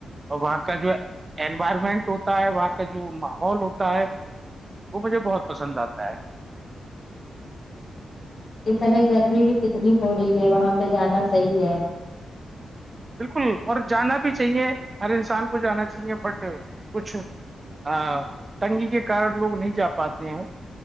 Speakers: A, on the right; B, on the left.
A: اور وہاں کا جو انوائرمنٹ ہوتا ہے وہاں کا جو ماحول ہوتا ہے وہ مجھے بہت پسند آتا ہے
B: اس سمے گرمی بھی کتنی ہو رہی ہے وہاں پہ جانا صحیح ہے
A: بالکل اور جانا بھی چاہیے ہر انسان کو جانا چاہیے بٹ کچھ ہ تٹنگی کے کارن لوگ نہیں جا پاتے ہیں